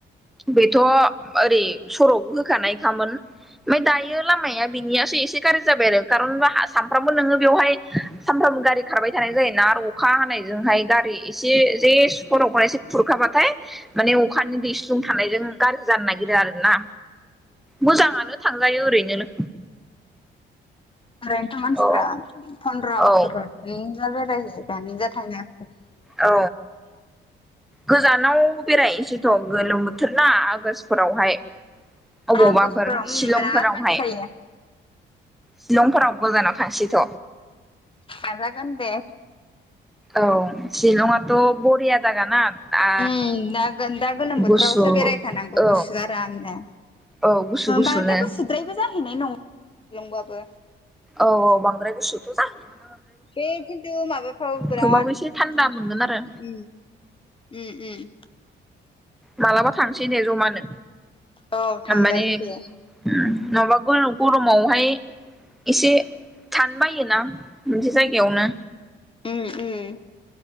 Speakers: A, in the centre; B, on the left (about 25°).
A: बेथ' ओरै सर' होखानायखामोन ओमफ्राय दायो लामाया बिनियासो एसे गाज्रि जाबाय आरो कारन सानफ्रामबो नोङो बेवहाय सानफ्रामबो गारि खारबाय थानाय जायोना आरो अ अखा हानायजोंहाय गारि एसे जे <unintelligible> एसे खुरखाबाथाय माने अखानि दै स्लुं थानायजों गाज्रि जानो नागिरो आरो ना मोजाङानो थांजायो ओरैनो।
B: ओरैनोथ' मानसिफ्रा
A: औ
B: फन्द्र' आष्टफोराव
A: औ
B: बेयरायो बेनो जाथायनो
A: औ गोजानाव बेराय जिथ' गोलोम बोथोर ना आगषटफोरावहाय अबावबाफोर
B: आगष्टफ्राव
A: शिलंफोरावहाय
B: उम बिराद मानसि जायो
A: शिलंफोराव गोजानाव थांसैथ'।
B: नाजागोन दे।
A: औ शिलंआथ' बरिया जागाना आ
B: उम नागोन दा गोलोम बोथोरावसो
A: गुसु
B: बेरायखानांगौ
A: औ
B: गुसु आरामनो।
A: औ गुसु गुसुनो
B: बांद्रायखौ सोद्रायबो जाहैनाय नङा नंबाबो
A: औ औ ।बांद्राय गुसुथ' जाखाया
B: बे खिन्थु माबाफ्राव बिराद
A: थेवबाबो एसे थान्दा मोनगोन
B: <unintelligible>
A: आरो
B: उ उम
A: मालाबा थांसै नो जमानो
B: औ थांजागोन
A: माने होम
B: दे
A: नङाबा गल गरमावहाय एसे थान बायोना। मोनसे जायगायावनो
B: उम उम